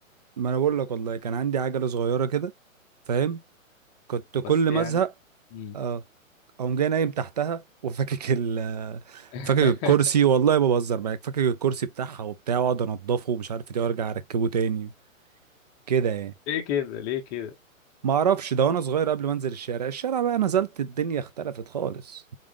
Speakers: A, on the right; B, on the left.
A: ما انا بقول لك والله كان عندي عجله صغيره كده فاهم كنت
B: <laughs>
A: كل
B: بس يعني
A: ما ازهق
B: امم
A: اه اقوم جاي نايم تحتها وفكك ال
B: <laughs>
A: فكك الكرسي والله ما بهزر معاك فكك الكرسي بتاعها وبتاع واقعد انضفه ومش عارف ايه وارجع اركبه تاني كده يعني
B: ليه كده ليه كده
A: ما اعرفش ده وانا صغير قبل ما انزل الشارع الشارع بقى نزلت الدنيا اختلفت خالص